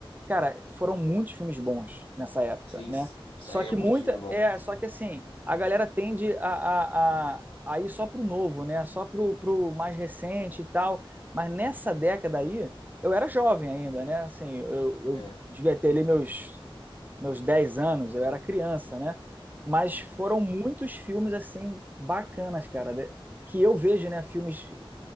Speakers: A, on the right; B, on the left.
A: Cara, foram muitos filmes bons nessa época,
B: Sim,
A: né?
B: isso
A: Só
B: aí
A: que
B: é muito
A: muita.
B: filme bom.
A: É, só que assim, a galera tende a, a, a, a ir só pro novo, né? Só pro, pro mais recente e tal. Mas nessa década aí, eu era jovem ainda, né? Assim, eu, eu
B: É.
A: devia ter ali meus, meus 10 anos, eu era criança, né? Mas foram muitos filmes, assim, bacanas, cara. de- Que eu vejo, né? Filmes